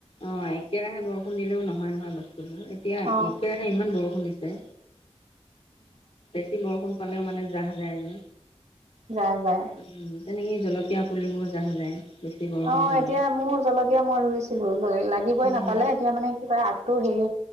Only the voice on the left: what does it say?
অ' একেৰাহে বৰষু বৰষুণ দিলেওঁ নহয়, নহয় বস্তুবোৰ এতিয়া
একে ইমান বৰষুণ দিছে। বেছি বৰষুণ পালেও মানে জাহ যায় যে
উম, তেনেকেই জলকীয়া পুলিবোৰ যাহ যায় বেছি বৰষুণ
পালে
উম,